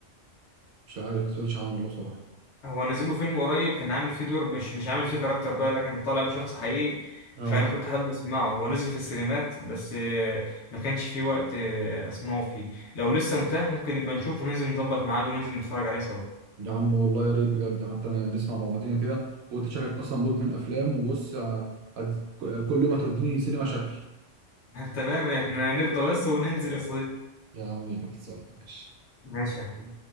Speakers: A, on the right (about 65°); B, on the left (about 65°).
A: مش عارف ما سمعتش عنه والله بصراحه
B: هو نازل له فيلم قريب كان عامل فيه دور مش مش عامل فيه كاركتر بقى لكن طالع بشخص حقيقي
A: اه
B: فانا كنت حابب اسمعه هو نزل في السينمات بس آه، ما كانش فيه وقت آه، اسمعه فيه لو لسه متاح ممكن نبقى نشوف وننزل نظبط ميعاد وننزل نتفرج عليه سوا
A: يا عم والله يا ريت بجد حتى أنا نسمع مع بعضينا كده وانت شكلك اصلا مدمن افلام وبص آه، هت- كل يوم هتوديني سينما شكل
B: <laughs> تمام احنا نفضى بس وننزل يا صديقي
A: يا عمي خلصان ماشي
B: ماشي يا حبيبي